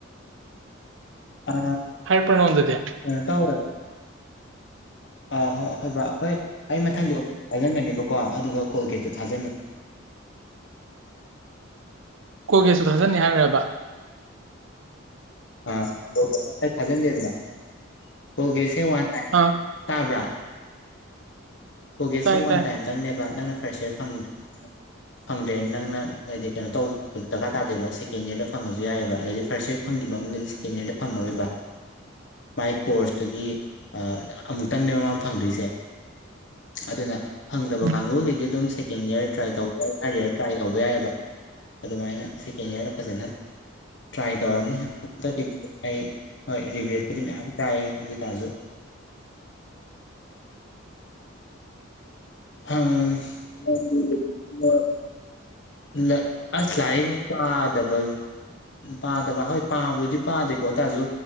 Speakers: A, on the left (about 60°); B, on the right (about 70°).
A: ꯑ
B: ꯄ꯭ꯔꯅꯣꯟꯗꯗꯤ
A: ꯀꯩꯅꯣ ꯇꯧꯔꯦ ꯑꯥ ꯍꯣꯏ ꯑ ꯍꯣꯏ ꯕ ꯍꯣꯏ ꯑꯩ ꯃꯊꯪꯗꯤ ꯑꯣꯕꯤꯁꯤ ꯊꯥꯖꯟꯒꯅꯤꯕꯀꯣ ꯑꯗꯨꯒ ꯀꯣꯜꯒꯦꯠꯇꯨ ꯊꯥꯖꯟꯒꯅꯤ <inaudible>
B: ꯀꯣꯜꯒꯦꯁꯨ ꯊꯥꯖꯟꯅꯤ ꯍꯥꯏꯔꯕ
A: ꯑ ꯀꯣꯜꯒꯦꯒꯁꯨ ꯊꯥꯖꯤꯟꯗꯦꯗꯅ ꯀꯣꯜꯒꯦ ꯔꯦꯔꯛ ꯋꯥꯟ ꯇꯥꯢ
B: ꯑꯥ
A: ꯇꯥꯕ꯭ꯔꯥ ꯀꯣꯒꯦꯠꯁꯦ
B: ꯇꯥꯏ
A: ꯋꯥꯟ
B: ꯇꯥꯏ
A: ꯇꯥꯏꯝꯇꯪꯅꯦꯕ ꯅꯪꯅ ꯐꯦꯔꯁꯏꯌꯥꯔ ꯐꯪꯗ꯭ꯔꯦ ꯐꯪꯗ꯭ꯔꯦꯅ ꯅꯪꯅ ꯍꯥꯏꯗꯤ ꯀꯩꯅꯣ ꯇꯧꯕ ꯗꯔꯀꯥꯔ ꯇꯥꯗꯦꯕ ꯁꯦꯀꯦꯟ ꯏꯌꯥꯔꯗ ꯐꯪꯉꯁꯨ ꯌꯥꯏꯑꯕ ꯑꯗꯩꯗꯤ ꯐꯔꯁ ꯏꯔ ꯐꯪꯗꯦ ꯕꯝꯗꯤ ꯁꯦꯀꯦꯟ ꯏꯌꯥꯔꯗ ꯐꯪꯉꯔꯣꯏꯕ ꯃꯥꯏ ꯀꯣꯔꯁꯇꯨꯒꯤ ꯑ ꯑꯃꯨꯛꯇꯪꯅꯦꯕ ꯃꯅ ꯐꯪꯗꯣꯏꯁꯦ ꯑꯗꯨꯅ ꯐꯪꯗꯕ
B: ꯎꯝ
A: ꯀꯥꯡꯕꯨꯒꯤꯗꯤ ꯑꯗꯨꯝ ꯁꯦ ꯁꯦꯀꯦꯟ ꯏꯌꯔ ꯇ꯭ꯔꯥꯏ ꯇꯧꯕ ꯌꯥꯏ ꯊꯥꯔ ꯏꯌꯔ ꯇ꯭ꯔꯥꯏ ꯇꯧꯕ ꯌꯥꯏꯑꯕ ꯑꯗꯨꯃꯥꯏꯅ ꯁꯦꯀꯦꯟ ꯏꯌꯔꯗ ꯐꯖꯅ ꯇ꯭ꯔꯥꯏ ꯇꯧꯔꯅꯤ ꯍꯟꯗꯛꯀꯤꯗꯤ ꯑꯩ ꯍꯣꯏ ꯔꯤꯒ꯭ꯔꯦꯠꯄꯨꯗꯤ ꯃꯌꯥꯝ ꯆꯏꯌꯦ ꯑꯗꯨ ꯑꯣꯏ ꯇꯥꯔꯖꯨ <inaudible> ꯐꯪ <unintelligible> ꯂꯥꯏ ꯑꯁ ꯂꯥꯏꯔꯤꯛ ꯄꯥꯗꯕꯒꯤ ꯄꯥꯗꯕ ꯍꯣꯏ ꯄꯥꯕꯨꯗꯤ ꯄꯥꯗꯦꯀꯣ ꯑꯗꯨꯑꯣꯏꯇꯥꯔꯁꯨ